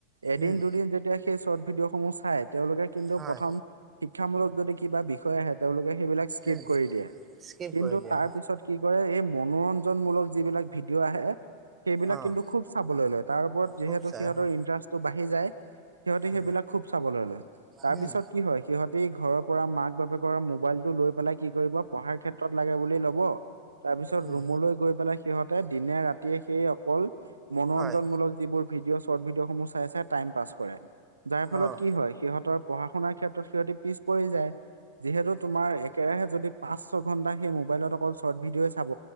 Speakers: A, on the right; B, on the right.
A: এদিন
B: উম,
A: দুদিন যেতিয়া সেই চৰ্ট ভিডিঅ' সমূহ চাই তেওঁলোকে কিন্তু
B: হয়,
A: প্ৰথম শ! শিক্ষামূলক যদি কিবা বিষয় আহে তেওঁলোকে সেইবিলাক স্কিপ
B: উম,
A: কৰি দিয়ে।
B: স্কিপ
A: কিন্তু
B: কৰি দিয়া,
A: তাৰ পিছত কি কৰে এই! মনোৰঞ্জনমূলক যিবিলাক ভিডিঅ' আহে সেইবিলাক
B: অ',
A: কিন্তু খুব চাবলৈ লয় তাৰ ওপৰত। যিহেতু
B: খুব চাই
A: সিহঁতৰ
B: হয়।
A: ইণ্টাৰেষ্টটো বাঢ়ি যায়। সিহঁতে
B: অ',
A: সেইবিলাক খুব চাবলৈ লয় তাৰ
B: উম,
A: পিছত কি হয় সিহঁতে ঘৰৰ পৰা মাক বাপেকৰ মোবাইলটো লৈ। পেলাই কি কৰিব পঢ়াৰ ক্ষেত্ৰ! লাগে বুলি লব তাৰ পিছত
B: উম,
A: ৰুমলৈ গৈ পেলাই সিহতে দিনে ৰাতি! সেই অকল মনোৰঞ্জনমূলক
B: হয়,
A: যিবোৰ ভিডিঅ' চৰ্ট ভিডিঅ' সমূহ চাই চাই টাইম পাছ কৰে। যাৰ ফলত
B: অ',
A: কি হয় সিহঁতৰ পঢ়া শুনাৰ ক্ষেত্ৰত সিহঁতি পিছ পৰি যায়। যিহেতু তোমাৰ একেৰাহে যদি পাঁচ ছ ঘন্টা সেই মোবাইলত অকল চৰ্ট ভিডিঅ' চাব।